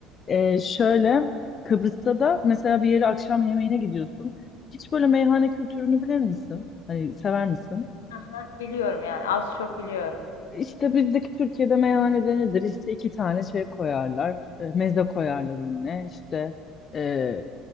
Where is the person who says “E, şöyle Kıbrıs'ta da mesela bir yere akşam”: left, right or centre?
Left